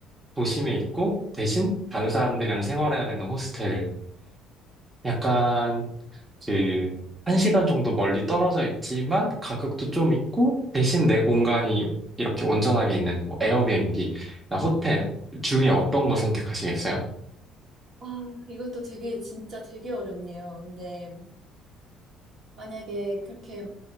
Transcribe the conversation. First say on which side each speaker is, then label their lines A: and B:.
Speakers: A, on the right; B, on the right.
A: 도심에 있고 대신 다른 사람들이랑 생활해야 되는 호스텔 약간 그, 한 시간 정도 멀리 떨어져 있지만 가격도 좀 있고 대신 내 공간이 이렇게 온전하게 있는 뭐 에어비앤비나 호텔 중에 어떤 거 선택하시겠어요?
B: 아, 이것도 되게, 진짜 되게 어렵네요. 근데 만약에 그렇게